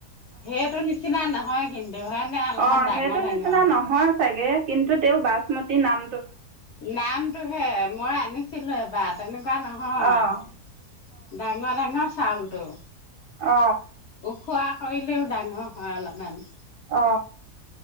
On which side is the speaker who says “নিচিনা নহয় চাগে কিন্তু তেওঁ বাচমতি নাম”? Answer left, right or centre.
Right